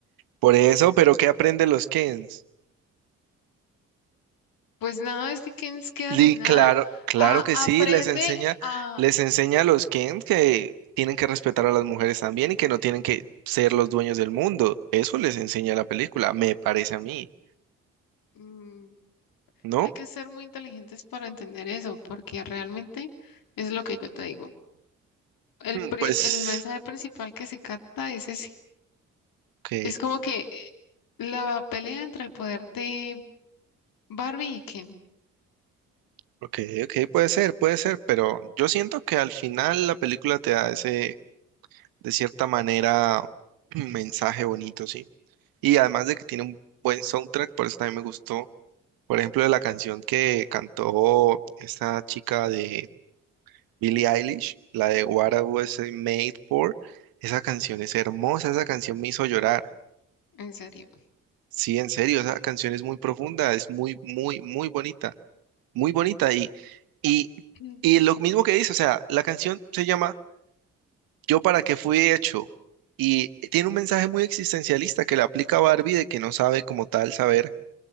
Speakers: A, on the right; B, on the left.
A: Por eso, pero ¿qué aprenden los Kens?
B: Pues nada, es que Ken se queda
A: Li,
B: sin
A: claro,
B: nada.
A: claro
B: A-
A: que
B: aprende
A: sí, les enseña,
B: a...
A: les enseña a los Kens que tienen que respetar a las mujeres también y que no tienen que ser los dueños del mundo. Eso les enseña la película, me parece a mí,
B: mm,
A: ¿no?
B: hay que ser muy inteligentes para entender eso, porque realmente es lo que yo te digo. El,
A: Mm,
B: pri-
A: Pues,
B: el mensaje principal que se capta es ese.
A: ok.
B: Es como que eh, la pelea entre el poder de Barbie y Ken,
A: Ok, ok, puede ser, puede ser, pero yo siento que al final la película te da ese, de cierta manera, <clears throat> mensaje bonito, sí. Y además de que tiene un buen soundtrack, por eso también me gustó, por ejemplo, de la canción que cantó esta chica de Billie Eilish, la de What I Was Made For, esa canción es hermosa, esa canción me hizo llorar.
B: en serio.
A: Sí, en serio, esa canción es muy profunda, es muy, muy, muy bonita, muy bonita. Y, y,
B: Mm,
A: y lo mismo que dice, o sea, la canción se llama Yo para qué fui hecho y tiene un mensaje muy existencialista que le aplica a Barbie de que no sabe como tal saber